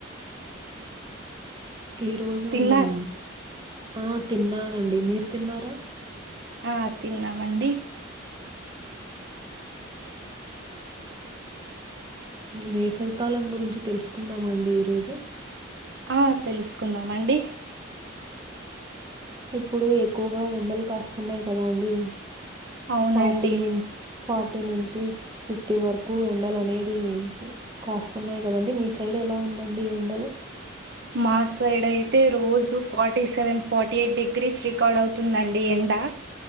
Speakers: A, on the right (about 20°); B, on the right (about 60°).
A: ఈ రోజు
B: తిన్నారు
A: మనం ఆ తిన్నానండి మీరు తిన్నారా
B: ఆ తిన్నామండి
A: వేసవికాలం గురించి తెలుసుకుందామ అండి ఈరోజు
B: అ తెలుసుకున్నాదా మండి
A: ఇప్పుడూ ఎక్కువగా ఎండలు కాస్తున్నాయి కదా అండి
B: అవునండి
A: ఫార్టీ ఫార్టీ నుంచి ఫిఫ్టీ వరకు ఎండలు అనేది కాస్తున్నాయి కదండి మీ సైడ్ ఎలా ఉందండి ఎండలు
B: మా సైడ్ అయితే రోజు forty seven forty eight degrees record అవుతుందండి ఎండ